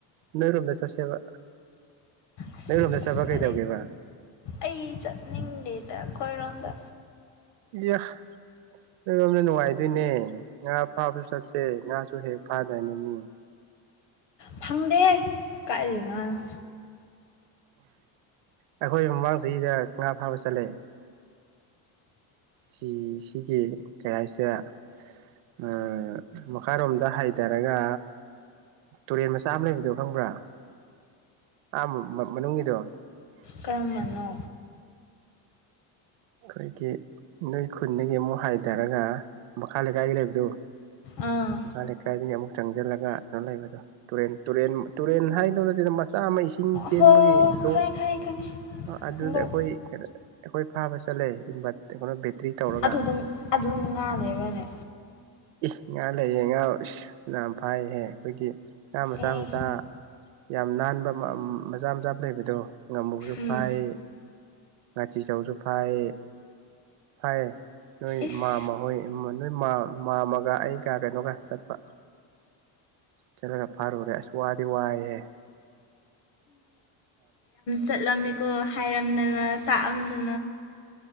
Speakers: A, on the right (about 70°); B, on the left (about 60°).
A: ꯅꯣꯏꯔꯣꯝꯗ ꯆꯠꯁꯦꯕ
B: ꯑꯁ
A: ꯅꯣꯏꯔꯣꯝꯗ ꯆꯠꯄ ꯀꯩꯗꯧꯒꯦꯕ
B: ꯑꯩ ꯆꯠꯅꯤꯡꯗꯦꯗ ꯑꯩꯈꯣꯏꯔꯣꯝꯗ
A: ꯑꯦ ꯅꯣꯢꯔꯣꯝꯅ ꯅꯨꯡꯉꯥꯏꯗꯣꯏꯅꯦ ꯉꯥ ꯐꯥꯕꯁꯨ ꯆꯠꯁꯦ ꯉꯥꯁꯨ ꯍꯦꯛ ꯐꯥꯗꯥꯢꯅꯦ ꯃꯤ
B: ꯐꯪꯗꯦꯍꯦ ꯀꯥꯢꯗꯩ ꯉꯥꯅꯣ
A: ꯑꯩꯈꯣꯏ ꯃꯃꯥꯡ ꯆꯍꯤꯗ ꯉꯥ ꯐꯥꯕ ꯆꯠꯂꯦ ꯁꯤ ꯁꯤꯒꯤ ꯀꯩ ꯍꯥꯏꯁꯤꯔ ꯑꯝ ꯃꯈꯥꯔꯣꯝꯗ ꯍꯥꯏꯙꯔꯒ ꯇꯨꯔꯦꯟ ꯃꯆꯥ ꯑꯃ ꯂꯩꯕꯗꯣ ꯈꯪꯕ꯭ꯔꯥ ꯑ ꯃꯅꯨꯡꯒꯤꯗꯣ
B: ꯀꯔꯝꯕꯅꯣ
A: ꯈꯣꯏꯒꯤ ꯅꯣꯏ ꯈꯨꯟꯗꯒꯤ ꯑꯃꯨꯛ ꯍꯥꯏꯊꯔꯒ ꯃꯈꯥ ꯂꯩꯀꯥꯏꯒꯤ ꯂꯩꯕꯗꯣ
B: ꯑꯥ
A: ꯃꯈꯥ ꯂꯩꯀꯥꯢꯗꯒꯤ ꯑꯃꯨꯛ ꯆꯪꯁꯤꯜꯂꯒ ꯀꯩꯅꯣ ꯂꯩꯕꯗꯣ ꯇꯨꯔꯦꯟ ꯇꯨꯔꯦꯟ ꯇꯨꯔꯦꯟ ꯍꯥꯏꯗꯨꯔꯤꯔ ꯀꯩꯅꯣ ꯃꯆꯥ ꯆꯥꯝꯃ ꯏꯁꯤꯡ ꯆꯦꯟꯕꯒꯤ
B: ꯍꯣ
A: ꯂꯣꯛ
B: ꯈꯪꯉꯦ ꯈꯪꯉꯦ ꯈꯪꯉꯦ
A: ꯑꯗꯨꯗ
B: ꯂꯣꯛ
A: ꯑꯩꯈꯣꯏ ꯑꯩꯈꯣꯏ ꯐꯥꯕ ꯆꯠꯂꯦ ꯕ ꯀꯩꯅꯣ ꯕꯦꯇ꯭ꯔꯤ ꯇꯧꯔꯒ
B: ꯑꯗꯨꯗ ꯑꯗꯨꯗ ꯉꯥ ꯂꯩꯕ꯭ꯔꯅꯦ
A: ꯏꯁ ꯉꯥ ꯂꯩ ꯉꯥ ꯐꯅꯌꯥꯝ ꯐꯥꯏꯍꯦ ꯑꯩꯈꯣꯏꯒꯤ ꯉꯥ ꯃꯆꯥ
B: ꯑꯦ
A: ꯃꯆꯥ ꯌꯥꯝ ꯅꯥꯟꯕ ꯃꯆꯥ ꯃꯆꯥ ꯂꯩꯕꯗꯣ ꯉꯝꯃꯨꯁꯨ
B: ꯎꯝ
A: ꯐꯥꯢ ꯉꯥꯆꯤꯆꯧꯁꯨ ꯐꯥꯢ ꯐꯥꯢꯌꯦ ꯅꯣꯏ
B: ꯏꯁ
A: ꯃꯥꯝꯃ ꯍꯣꯏ ꯃ ꯅꯣꯏ ꯃꯥꯝ ꯃꯥꯝꯃꯒ ꯑꯩꯒ ꯀꯩꯅꯣꯒ ꯆꯠꯄ ꯆꯠꯂꯒ ꯐꯥꯔꯨꯔꯦ ꯑꯁ ꯋꯥꯗꯤ ꯋꯥꯏꯍꯦ
B: ꯆꯠꯂꯝꯃꯤꯀꯣ ꯍꯥꯏꯔꯝꯗꯅ ꯇꯥꯛꯑꯝꯗ